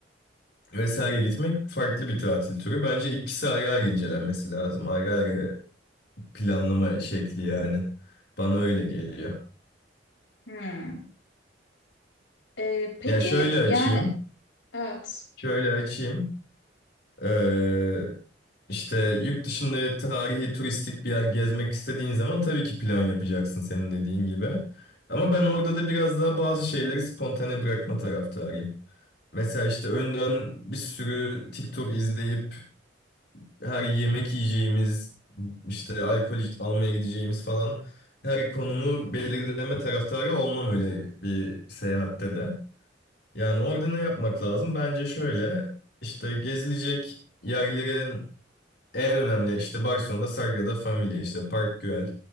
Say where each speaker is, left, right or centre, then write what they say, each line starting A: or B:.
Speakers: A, on the left; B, on the left.
A: vesaire gitmek farklı bir tatil türü. Bence ikisi ayrı ayrı incelenmesi lazım. Ayrı ayrı planlama şekli yani. Bana öyle geliyor.
B: Hmm. Ee, peki
A: Ya şöyle açayım.
B: yani evet.
A: Şöyle açayım. Ee, İşte yurt dışında tarihi turistik bir yer gezmek istediğin zaman tabii ki plan yapacaksın senin dediğin gibi. Ama ben orada da biraz daha bazı şeyleri spontane bırakma taraftarıyım. Mesela işte önden bir sürü TikTok izleyip her yemek yiyeceğimiz, işte alkol iç- almaya gideceğimiz falan her konumu belirleme taraftarı olmam öyle bir seyahatte de. Yani orada ne yapmak lazım? Bence şöyle işte gezilecek yerlerin en önemli işte Barcelona'da Sagrada Familia işte Park Güell